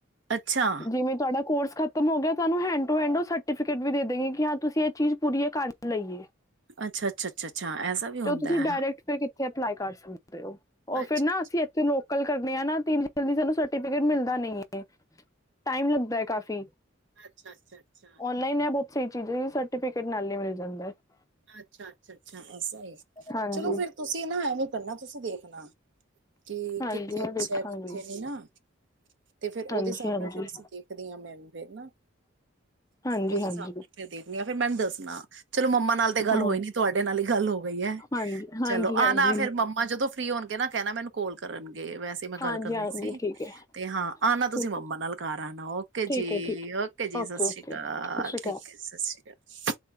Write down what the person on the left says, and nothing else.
ਜਿਵੇਂ ਤੁਹਾਡਾ ਕੋਰਸ ਖਤਮ ਹੋ ਗਿਆ ਤੁਹਾਨੂੰ ਹੈਂਡ ਟੂ ਹੈਂਡ ਉਹ ਸਰਟੀਫਿਕੇਟ ਵੀ ਦੇਦੇਗੇ ਕਿ ਹਾਂ ਤੁਸੀਂ ਇਹ ਚੀਜ਼ ਪੂਰੀ ਕਰ ਲਈਏ।
ਤੇ ਉਹ ਤੁਸੀਂ
ਡਾਇਰੈਕਟ
ਕਿੱਥੇ ਅਪਲਾਈ ਕਰ ਸਕਦੇ। ਉਹ
ਫੇਰ ਨਾ ਅਸੀਂ ਇੱਥੇ ਲੋਕ ਗੱਲ ਕਰਦੇ ਆ ਨਾ ਐਨੀ ਜਲਦੀ ਸਾਨੂੰ ਸਰਟੀਫਿਕੇਟ ਮਿਲਦਾ ਨੀ ਹੈ। ਟਾਈਮ ਲੱਗਦਾ ਐ ਕਾਫੀ
ਔਨਲਾਈਨ ਐ ਬਹੁਤ ਸਹੀ ਚੀਜ਼ਾਂ ਸਰਟੀਫਿਕੇਟ ਨਾਲ ਹੀ ਮਿਲ ਜਾਂਦਾ ਹੈ।
ਹਾਂਜੀ
ਹਾਂਜੀ
ਮੈਂ
ਵੇਖਾਂਗੀ
ਹਾਂਜੀ
ਹਾਂਜੀ
ਹਾਂਜੀ
ਹਾਂਜੀ
ਹਾਂ
ਹਾਂਜੀ ਹਾਂਜੀ
ਹਾਂਜੀ
ਹਾਂਜੀ
ਹਾਂਜੀ
ਠੀਕ ਹੈ
ਠੀਕ
ਹੈ
ਠੀਕ ਹੈ ਠੀਕ ਹੈ
ਓਕੇ
ਸਤਿ ਸ਼੍ਰੀ